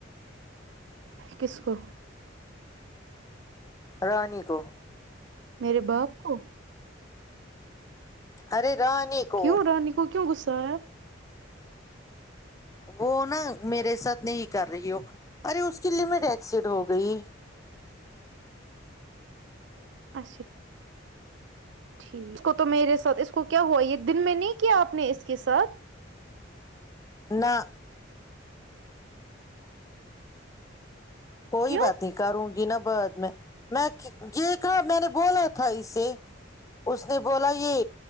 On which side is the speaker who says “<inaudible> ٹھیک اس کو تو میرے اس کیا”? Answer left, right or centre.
Right